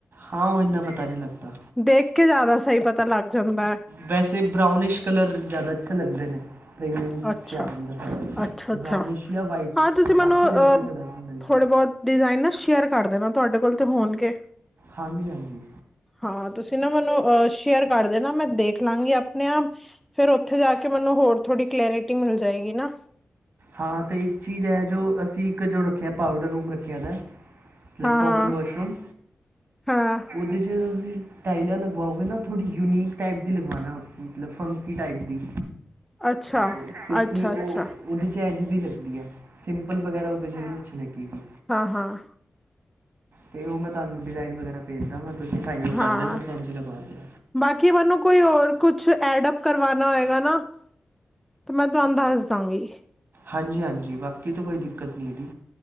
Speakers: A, on the right; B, in the centre.
A: ਹਾਂ ਉਹ ਇੰਨਾ ਪਤਾ ਨਹੀਂ ਲੱਗਦਾ
B: ਦੇਖ ਕੇ ਜ਼ਿਆਦਾ ਸਹੀ ਪਤਾ ਲੱਗ ਜਾਂਦਾ
A: ਵੈਸੇ ਬਰਾਊਨਿਸ਼ ਕਲਰ ਜ਼ਿਆਦਾ ਅੱਛੇ ਲੱਗਦੇ ਨੇ ਪ੍ਰੀਮੀਅਮ
B: ਅੱਛਾ
A: 'ਚ ਆ ਜਾਂਦਾ ਥੋੜਾ,
B: ਅੱਛਾ ਅੱਛਾ
A: ਬ੍ਰਊਨਸ਼ ਜਾਂ ਵਾਈਟ
B: ਹਾਂ ਤੁਸੀਂ ਮੈਨੂੰ
A: ਬਾਕੀ
B: ਅ
A: ਹੋਰ ਕੋਈ ਕਲਰ ਨਹੀ ਮੇਰੇ
B: ਥੋੜੇ
A: ਖਿਆਲ
B: ਬਹੁਤ ਡਿਜ਼ਾਇਨ ਨਾ ਸ਼ੇਅਰ ਕਰ ਦੇਣਾ, ਤਾਡੇ ਕੋਲ ਤੇ ਹੋਣਗੇ
A: ਹਾਂਜੀ- ਹਾਂਜੀ
B: ਹਾਂ ਤੁਸੀਂ ਨਾ ਮੈਨੂੰ, ਅਛ ਸ਼ੇਅਰ ਕਰ ਦੇਣਾ ਮੈਂ ਦੇਖ ਲਵਾਂਗੀ ਆਪਣੇ ਆਪ, ਫਿਰ ਉੱਥੇ ਜਾ ਕੇ ਮੈਨੂੰ ਹੋਰ ਥੋੜੀ। ਰੇਟਿੰਗ ਮਿਲ ਜਾਏਗੀ ਨਾ।
A: ਹਾਂ ਤੇ ਇੱਕ ਚੀਜ਼ ਹੈ ਜੋ ਅਸੀਂ ਇੱਕ ਜੋ ਰੱਖਿਆ ਪਾਊਡਰ ਰੂਮ ਰੱਖਿਆ ਦਾ। ਸਲਿਪ
B: ਹਾਂ,
A: ਕਾਮਨ ਵਾਸ਼ਰੂਮ,
B: ਹਾਂ, ਹਾਂ
A: ਉਹਦੇ 'ਚ ਤੁਸੀਂ ਟਾਈਲਾਂ ਲਗਵਾਓਗੇ ਨਾ। ਥੋੜ੍ਹੀ ਯੂਨੀਕ ਟਾਈਪ ਦੀ ਲਗਵਾਉਣਾ, ਮਤਲਬ ਫੰਕੀ ਟਾਈਪ ਦੀ।
B: ਅੱਛਾ,
A: ਉਹ ਕਿਉਂਕਿ
B: ਅੱਛਾ,
A: ਉਹ।
B: ਅੱਛਾ।
A: ਉਹਦੇ 'ਚ ਇੰਝ ਦੀ ਲੱਗੀ ਹੈ, ਸਿੰਪਲ ਵਗੈਰਾ ਉਹਦੇ 'ਚ ਨੀ ਅੱਛੀ ਲੱਗੇਗੀ
B: ਹਾਂ-ਹਾਂ।
A: ਤੇ ਉਹ ਮੈਂ ਤੁਹਾਨੂੰ ਡਿਜ਼ਾਇਨ ਵਗੈਰਾ ਭੇਜ ਦਾਂਗਾ ਤੁਸੀਂ ਫਾਈਨਲ
B: ਹਾਂ।
A: ਕਰ ਦੇਣਾ ਕੌਣਸੀ ਲਗਵਾਣੀ।
B: ਬਾਕੀ ਮੈਨੂੰ ਕੋਈ ਹੋਰ ਕੁਛ ਐਡਪ ਕਰਵਾਣਾ ਹੋਏਗਾ ਨਾ। ਤੇ ਮੈਂ ਤੁਹਾਨੂੰ ਦੱਸ ਦਾਂਗੀ।
A: ਹਾਂਜੀ-ਹਾਂਜੀ ਬਾਕੀ ਤਾਂ ਕੋਈ ਦਿੱਕਤ ਨੀ ਇਹਦੀ।